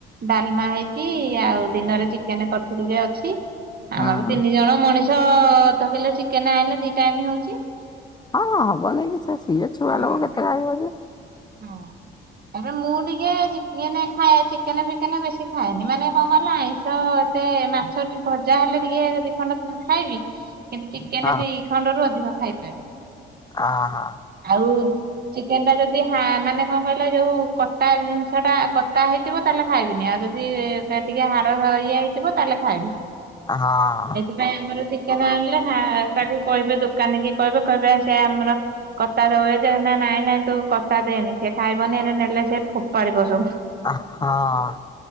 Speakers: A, on the right (about 50°); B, on the left (about 20°).
A: ଡାଲମା ହେଇକି, ଆଉ ଦିନରେ ଚିକେନ କରିଥିଲି ଟିକେ ଅଛି।
B: ହଁ
A: ଆମର ତିନି ଜଣ ମଣିଷ, ଅଧ କିଲେ ଚିକେନ ଆଣିଲେ ଦି ଟାଇମ ହଉଛି।
B: ହଁ- ହଁ ହବନି କି, ସେ ସିଏ ଛୁଆ
A: ହଁ
B: ଲୋକ କେତେ ଖାଇବ ଯେ?
A: ହଁ। ଏବେ ମୁଁ ଟିକେ ଚି କେନ୍ ଖାଏ ଚିକେନ ଫିକେନ ବେଶି ଖାଏନି, ମାନେ କଣ କଇଲ ଆଇଁଷ ଏତେ ମାଛ ଛୁଇଁ ଭଜା ହେଲେ ଟିକେ ଦିଖଣ୍ଡ ଉଁ ଖାଇବି କିନ୍ତୁ, ଚିକେନ
B: ହଁ
A: ଦି ଖଣ୍ଡରୁ ଅଧିକ ଖାଇପାରେନି।
B: ଆ ହାଁ।
A: ଆଉ, ଚିକେନଟା ଯଦି ହା ମାନେ କଣ କହିଲ, ଯୋଉ କଟା ଜିନିଷଟା କତା ହେଇ ଥିବ ତାହେଲେ ଖାଇବିନି, ଆଉ ଯଦି ତାର ଟିକେ ହାଡ଼ ଇଏ ହେଇଥିବ ତାହେଲେ ଖାଇବି।
B: ହଁ।
A: ନାଇଁ ଆମର ଚିକେନା ଆଣିଲେ ହା ତାକୁ କହିବେ ଦୋକାନି କି କହିବେ କହିବେ ସେ ଆମର କତା ଦବୁ ଯଦି ଦେ ନା ନାଇଁ-ନାଇଁ ତୁ କତା ଦେନି ସିଏ ଖାଇବନି ଏଇନେ ନେଲେ ସିଏ ଫୋପାଡିବ ସବୁ।
B: ଅ ହଁ।